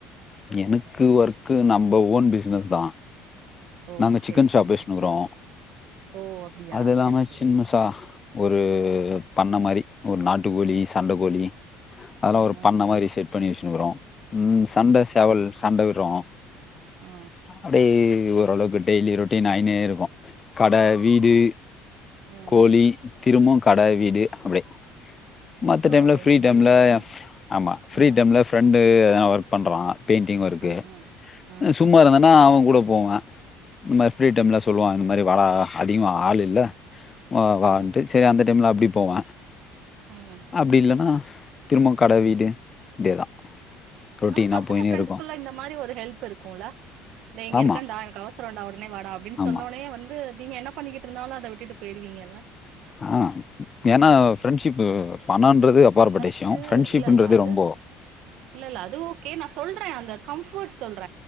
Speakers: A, on the left; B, on the right.
A: எனக்கு ஒர்க்கு நம்ப ஓன் பிசினஸ்தா
B: ஓ!
A: நாங்க சிக்கன்
B: சரி,
A: ஷாப்
B: சரி,
A: வெச்னுருக்றோ
B: சரி. ஓ! அப்படியா?
A: அது இல்லாம
B: சரி, சரி.
A: சின்னசா ஒரு பண்ண மாரி ஒரு நாட்டுக்கோழி சண்ட கோழி அதெலா
B: ம்,
A: ஒரு
B: ம்,
A: பண்ண
B: ம்.
A: மாரி செட் பண்ணி வெச்னுக்றோ ம் சண்ட சேவல் சண்ட விடுறோ
B: ஆ,
A: அப்டே ஓரளவுக்கு டெய்லி ரொட்டீன் ஆய்னே இருக்கு கட வீடு
B: ம்.
A: கோழி திரும்பவு கட வீடு அப்டி மத்த
B: ஓ!
A: டைம்ல ஃப்ரீ
B: நல்லது
A: டைம்ல
B: என்ன?
A: ஆமா ஃப்ரீ
B: ம்,
A: டைம்ல ஃப்ரெண்டு எதனா ஒர்க் பண்றா பெயிண்டிங் ஒர்க்கு
B: ம், ம். ம்.
A: சும்மா இருந்தனா அவங் கூட போவ இந்த மார் ஃப்ரீ டைம்ல சொல்வா இந்த மாரி வாடா அதிகமா ஆள் இல்ல வா வான்ட்டு
B: ம்
A: சேரி அந்த டைம்ல அப்டி போவ
B: ம்
A: அப்டி இல்லன்னா திரும்ப கட வீடு இப்டியேதா ரொட்டீனா
B: ஆனா பசங்க
A: போயினே
B: ஃப்ரெண்ஸ்க்குள்ள
A: இருக்கு
B: இந்த மாரி ஒரு ஹெல்ப் இருக்குல்ல டே இங்க
A: ஆமா
B: இருக்கண்டா எனக்கு அவசரன்டா உடனே வாடா அப்டினு
A: ஆமா
B: சொன்னோனே வந்து நீங்க என்ன பண்ணிக்கிட்டு இருந்தாலு அத விட் டுட்டு போயிருவிங்கல்ல
A: ஆ ஏனா ஃப்ரெண்ட்ஷிப் பணோன்றது அப்பாற்ப்பட்ட
B: அது கரெக்ட்டு
A: விஷய ஃப்ரெண்ட்ஷிப்ன்றது
B: இல்ல இல்ல அது
A: ரொம்ப
B: இல்ல ல்லல அது ஓகே நா சொல்ற அந்த கம்ஃபர்ட் சொல்ற